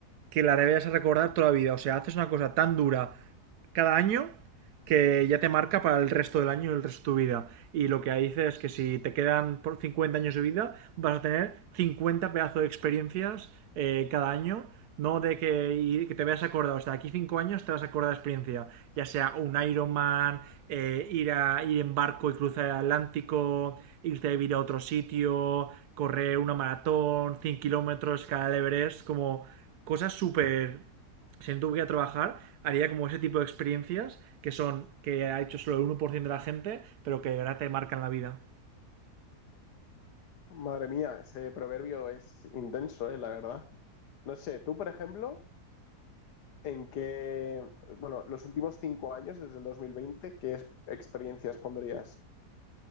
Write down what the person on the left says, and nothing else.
Madre mía, ese proverbio es intenso, eh, la verdad. No sé, tú, por ejemplo, en qué, bueno, los últimos cinco años, desde el 2020 ¿qué es- experiencias pondrías?